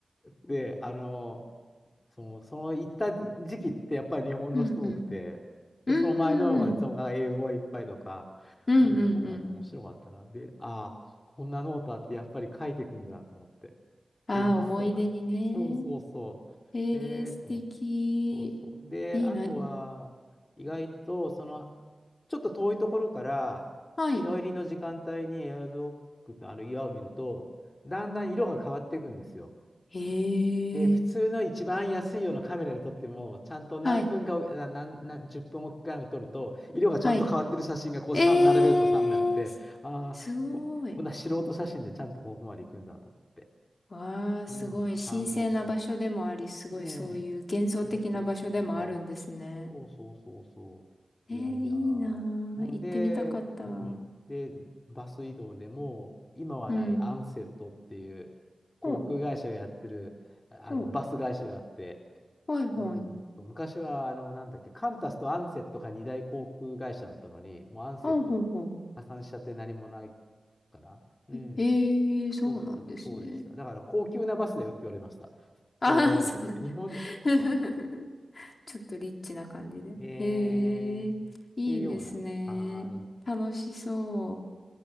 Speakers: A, on the left; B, on the left.
A: で、あの、その、その行った時期ってやっぱり日本の人多くて、
B: うんうん。うんうん。
A: で、その前の方がその英語がいっぱいとか、
B: うんうんうん。
A: うん、なんかね、面白かったな。で、ああ、こんなノートあってやっぱり書いていくんだと思って。
B: ああ、
A: 鉛筆とか。
B: 思い出にね。
A: そうそうそう。
B: ええ素敵。
A: ええと思って、そうそう。で、
B: いいな。
A: あとは、意外と、その、ちょっと遠いところから、
B: はい。
A: 日の入りの時間帯にエアロゾックのあの岩を見ると、だんだん色が変わっていくんですよ。
B: へ
A: で、普通の一番安いようなカメラで撮っても、
B: え。
A: ちゃんと何分かお、
B: はい。
A: な、な、な、10分おきかに撮ると、色がちゃんと変わってる写真がこうさん並べると3枚あって、
B: はい。えー、すすごい。
A: ああ、こ、こんな素人写真でちゃんとここまで行くんだと思って。
B: わあ、
A: うん、
B: すごい。
A: 感動します。
B: 神聖な場所でもあり、すごいそういう幻想的な場所でもあるんですね。
A: ねえ。そうそうそうそう。そうそうそうそう。
B: えー、
A: いやいや。
B: いいな
A: うんで、
B: あ。行ってみたかった。
A: うん。
B: う
A: で、バス移動でもう、今はないアンセットっていう
B: ん。
A: 航空会社がやってる、
B: ほう、
A: あの、
B: ほう。
A: バス会社があって、
B: はい、はい。
A: うん、そう昔は、あの、なんだっけ、カンタスとアンセットが二大航空会社だったのに、もうアンセットって破産しちゃって何もない
B: あ、ほう、ほ
A: から。うん。
B: う。え、ええそうなんですね。
A: そうそう、そうでした。だから、高級なバスだよって言われました。
B: ああ、
A: それ乗るのっつって。
B: そうなんだ。
A: 日本、
B: <laughs> ちょっとリッチな感じで。
A: ね
B: へえ、
A: え。っていうような。
B: いいですね。
A: はーい。
B: 楽しそう。